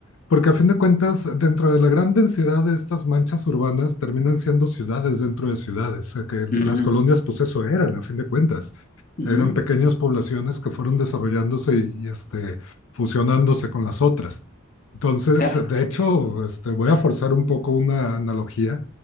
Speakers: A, on the left; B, on the left.
A: porque a fin de cuentas, dentro de la gran densidad de estas manchas urbanas, terminan siendo ciudades dentro de ciudades, eh, que
B: Ujú,
A: las colonias pues eso eran, a fin de cuentas.
B: ujú,
A: Eran pequeñas poblaciones que fueron desarrollándose y, y, este, fusionándose con las otras. Entonces,
B: claro.
A: de hecho, este, voy a forzar un poco una analogía.